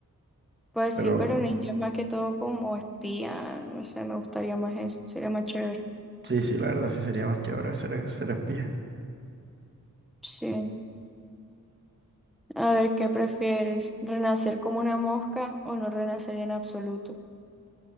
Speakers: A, in the centre; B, on the right.
A: Pues
B: Pero
A: sí, pero un ninja es más que todo como espía. No sé, me gustaría más eso. Sería más chévere.
B: sí, sí, la verdad sí sería más chévere ser, ser espía.
A: Sí. A ver, ¿qué prefieres? ¿Renacer como una mosca o no renacer en absoluto?